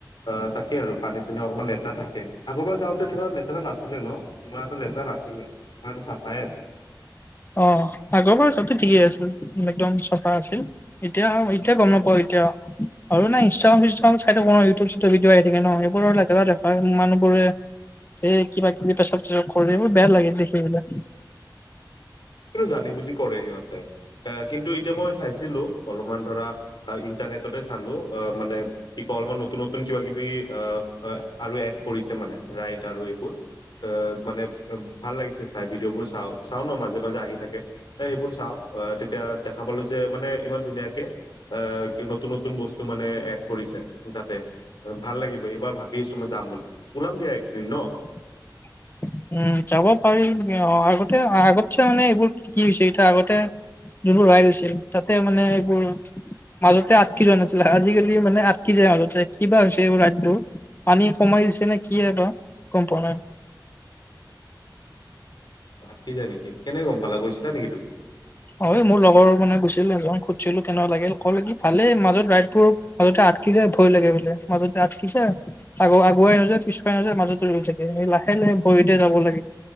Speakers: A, on the left; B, on the left.
A: অ তাকেই আৰু পানী-চানী অকণমান লেতেৰা থাকে। আগৰবাৰ যাওঁতে ধৰা লেতেৰা নাছিলে ন, ইমান এটা লেতেৰা নাছিলে, এটা চাফাই আছিল।
B: অ আগৰ বাৰ জোৱাটো ঠিকেই আছিল, একদম চাফা আছিল এতিয়া- এতিয়া গম নাপ আৰু নাই ইষ্ট্ৰাগাম-চিচটাগাম চাই থাকো ন, ইউতিভত ভিদিঅ আহি থাকে ন, এইবোৰত লেতেৰা দেখাই মানুহ এই কিবা-কিবি পেচাব চেচাব কৰে, এইবোৰ বেয়া লাগে দেখি পেলাই।
A: সেটো জানি বুজি কৰে ইিহঁতে। কিন্তু এতিয়া মই চাইছিলো, অলপমান ধৰা ইণ্টাৰনেটতয়ে চালো, অ মান কি ক, অলপমান নতুন নতুন কিবা-কিবি অহ আৰু এড কৰিছে মানে। ৰাইড আৰু এইবোৰ অ' মানে ভাল লাগিছে চাই ভিডিঅ' বোৰ চাওঁ, চাও ন মাজে-মাজে আহি থাকে। এ সেইবোৰ চাওঁ, আহ তেতিয়া দেখা পালো যে মানে ইমান ধুনীয়াকে অ নতুন নতু নতুন বস্তু মানে এড কৰিছে তাতে। ভাল লাগিব এইবাৰ ভাবি আছো মই যাম বুলি, ওলাম দিয়া একদিন ন।
B: <inaudible> উম' যাব পাৰি, আগতে আগতছে মানে এইবোৰ কি হৈছে এতিয়া আগতে যোনবোৰ ৰাইড আছিল তাতে মানে এইবোৰ মাজতে আটকি যোৱা নাছিলে, আজিকালি মানে আটকি যায় মাজতে, কি বা হৈছে এইবোৰ ৰাইডবোৰ পানী সোমাই ছেনে কিয়ে বা, গম পোৱা নাই।
A: কি যায় নেকি কেনেকে গম পালা, গৈছিলা নেকি তুমি?
B: অ মোৰ লগৰ মানে গৈছিল এজনক সুধিছিলো কেনেকা লাগিল, ক'লে কি ভালে মাজত ৰাইডটো মাজতে আটকি আটকি য যে ভয় লাগে বোলে মাজতে আটকিছে আগ আগুৱাই নযায় পিছুৱাই নাযায় মাজতে ৰৈ থাকে‌ লাহে ভৰিতে যাব লাগে,